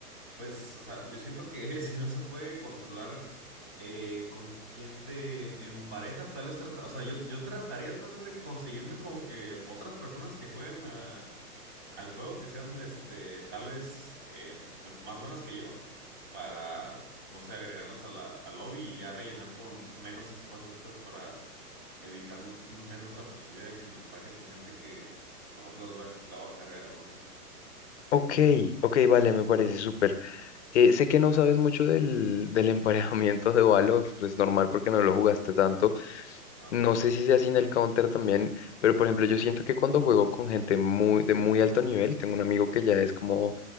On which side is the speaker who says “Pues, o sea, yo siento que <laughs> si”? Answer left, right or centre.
Right